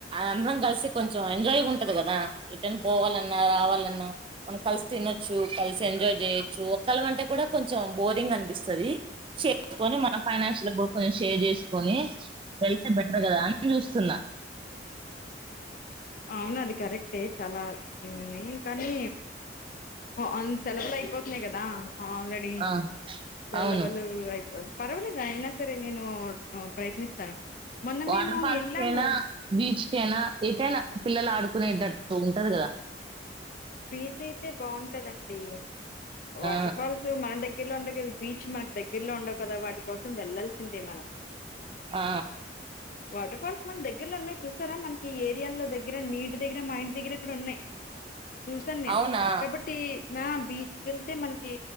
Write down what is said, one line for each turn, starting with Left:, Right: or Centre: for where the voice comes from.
Right: అందరం కలిసి కొంచెం ఎంజాయ్ ఉంటది కదా ఇటనే పోవాలన్నా రావాలన్నా మనం కలిసి తినొచ్చు కలిసి ఎంజాయ్ చేయొచ్చు ఒకళ అంటే కూడా కొంచెం బోరింగ్ అనిపిస్తుంది కొని మన ఫైనాన్షియల్ గు కొంచం షేర్ చేసుకొని వెళ్తే బెటర్ కదా అని చూస్తున్నా
Left: అవునది కరెక్టే చాలా కానీ అన్ సెలవులు అయిపోతున్నాయి కదా ఆల్రెడీ
Right: ఆ
Left: చల్ల
Right: అవును
Left: పల్లు అయిపోరు పర్వాలేదా అయినా సరే నేను ప్రయత్నిస్తాను మొన్న
Right: వాటర్
Left: మేము
Right: ఫాల్స్
Left: వెళ్ళాము
Right: కైనా బీచ్ క అయినా ఏతేయినా పిల్లలు ఆడుకునేటట్టు ఉంటది కదా
Left: బీచ్ అయితే బాగుంటదండి అ వాటర్
Right: ఆ
Left: ఫాల్స్ మన దగ్గరలో ఉండ కదా బీచ్ మనకు దగ్గరలో ఉండవు కదా వాటి కోసం వెళ్లాల సిందే మనం
Right: ఆ
Left: వాటర్ఫాల్ మన దగ్గరలో ఉన్నా చూస్తారా మ ఈ ఏరియాలో దగ్గర మీ ఇంటి దగ్గర మా ఇంటి దగ్గర కూడాడ ఉన్నా్ చూసాను నేను
Right: అవునా
Left: కాబట్టి మ బీచ్కి వెళ్తే మనకి